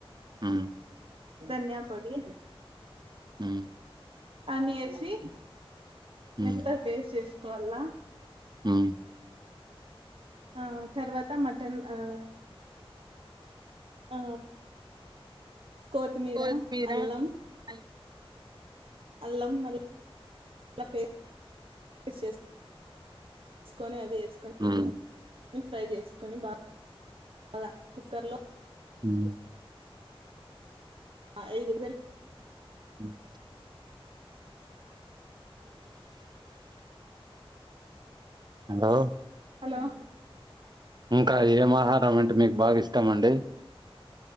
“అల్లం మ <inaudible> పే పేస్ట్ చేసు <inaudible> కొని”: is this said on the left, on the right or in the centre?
Right